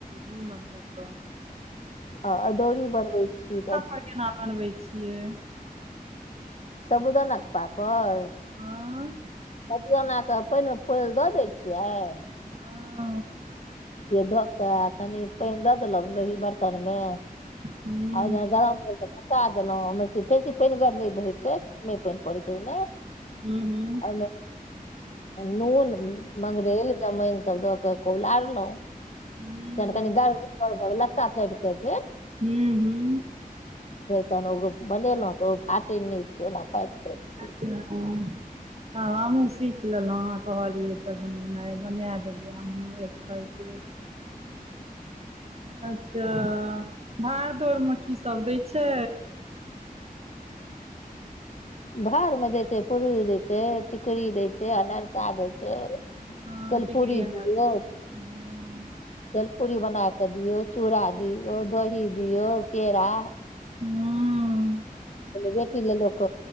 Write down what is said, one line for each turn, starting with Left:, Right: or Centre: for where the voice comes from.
Right: निमक द क।
Left: ह आदौरी बनबै छी त।
Right: त केना बनबै छियै।
Left: साबुदाना के पापड़।
Right: हँ
Left: साबूदानाके पानिमे फूलैले दऽ दै छियै।
Right: हँ।
Left: धऽ कऽ कनि पानि दऽ देलहु ओहि बर्तन मे।
Right: हूं।
Left: आ गरम पाइन द क। खसा देलहुॅं ओहिमे बेसी पानिगर नहि होइ छै कमे पानि पड़ै छै ओहिमे।
Right: हूं हूं।
Left: ओहिमे नून मंगरैल जमाइन सब दऽ के खूब लारलहुं।
Right: हुँ
Left: जखैन कनि गाढ़ लस्सा जेकाॅं भेल।
Right: हुँ हुँ
Left: तहन ओ बनेलहुं तऽ ओ फाटय नहि छै ओना फाटि जाय छै।
Right: <unintelligible> आब हमहुँ सीख लेलहुँ अहा कहलियै तऽ बनेनाइ बनाय देबै हमहुँ एक बेर। <inaudible> अच्छा भाड़ दौर मे की सब दै छै। <inaudible>
Left: भारमे दै छै पुरी दै छै टिकरी दै छै अनरसा दै छै।
Right: हँ
Left: दैल
Right: टिकरी
Left: पूरी
Right: अनार
Left: दियो।
Right: सब हँ
Left: दालपूड़ी बना के दियौ चूड़ा दिऔ दही दियऔ केरा।
Right: हँ।
Left: बेटी ले लोक।